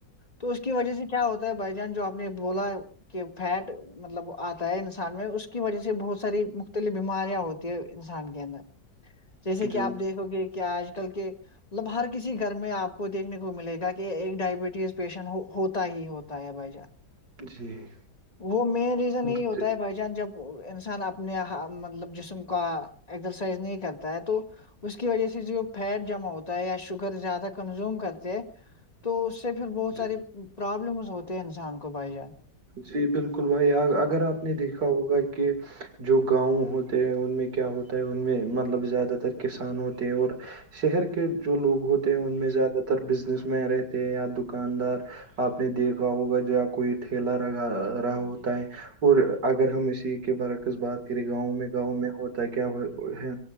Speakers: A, on the left; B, on the right.
A: تو اس کی وجہ سے کیا ہوتا ہے بھائی جان جو آپ نے بولا ہے کہ فیٹ مطلب آتا ہے انسان میں اس کی وجہ سے بہت ساری ختلف بیماریاں ہوتی ہے انسان کے اندر جیسے
B: جی
A: کہ آپ دیکھو گے کیا آج کل کے مطلب ہر کسی گھر میں آپ کو دیکھنے کو ملے گا کہ ایک ڈائبٹیز پیشنٹ ہوتا ہی ہوتا دیں بجا
B: جی
A: وہ مین ریزن یہی
B: جی
A: ہوتا ہے بائی چان جب انسان اپنے مطلب جسم کا ایکسرسائز نہیں کرتا ہے تو اس کی وجہ سے جو فیٹ جمع ہوتا ہے یا شوگر زیادہ کنزوم کرتے ہیں تو اس سے پھر بہت ساری
B: جی
A: پرابلمس ہوتے ہیں انسان کو بھائی جان
B: جی بالکل بھائی اگر آپ نے دیکھا ہوگا کہ جو گاؤں ہوتے ہیں ان میں کیا ہوتا ہے ان میں مطلب زیادہ تر کسان ہوتے ہیں اور شہر کے جو لوگ ہوتے ہیں ان میں زیادہ اتر بزنس مین رہتے ہیں یا دکاندار آپ نے دیکھا ہوگا یا کوئی کھیلا رہگا رہا ہوتا ہے اور اگر ہم اسی کے برعکس بات کریں گاؤں میں گاؤں میں ہوتا کیا ہے